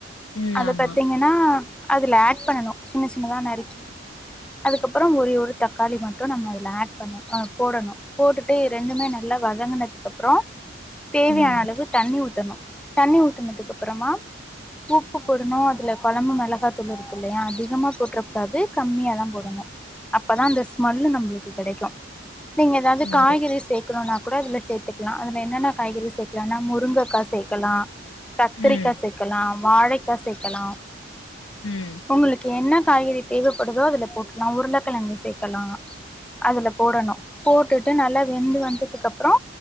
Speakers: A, on the left; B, in the centre.
A: ம்
B: அத
A: ஆமா
B: பத்தீங்கன்னா அதுல ஆட் பண்ணனு சின்ன சின்னதா நறுக்கி அதுக்கப்புறம் ஒ ஒரு தக்காளி மட்டு நம்ம அதில ஆட் பண்ணு அ போடணு போட்டுட்டு ரெண்டுமே நல்லா வதங்கனதுக் அப்பறோ தேவையான
A: ம்
B: அளவு தண்ணி ஊத்தணு தண்ணி ஊத்துனதுக்கப்பறமா உப்பு போடணு அதுல கொழம்பு மிளகா தூள் இருக்கு இல்லையா அதிகமா போட்ற காது கம்மியா தா போடணு அப்பதா அந்த ஸ்மல்லு நம்பளுக்கு கடைக்கு நீங்க எதாவது
A: ஓ
B: காய்கறிஸ் சேக்கணுனா கூட அதுல சேத்துக்கலா அதுல என்னென்ன காய்கறிஸ் சேக்கலான்னா முருங்கக்கா சேக்கலா கத்திரிக்கா
A: ம்
B: சேக்கலா வாழைக்கா சேக்கலா
A: ம்
B: உங்களுக்கு என்ன காய்கறி தேவைப்படுதோ அதுல போட்டுல்லா உருளக்கெழங்கு சேக்கலா அதுல போடணு போட்டுட்டு நல்லா வெந்து வந்ததுக்கப்பறோ